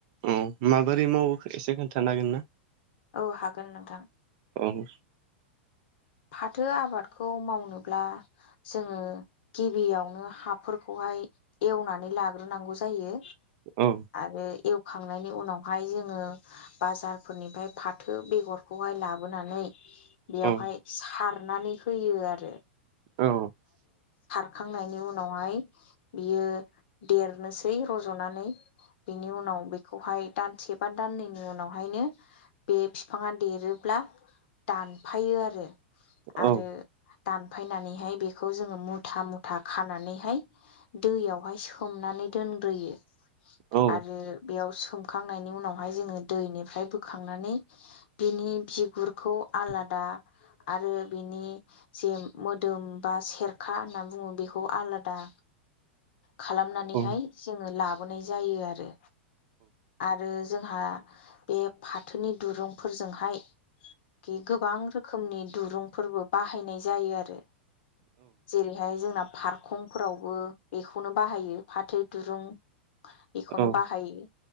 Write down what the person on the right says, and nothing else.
औ माबोरै मावो एसे खोन्थानो हागोन ना?
औ <inaudible>
औ
औ
औ
औ
औ
<inaudible>
औ
औ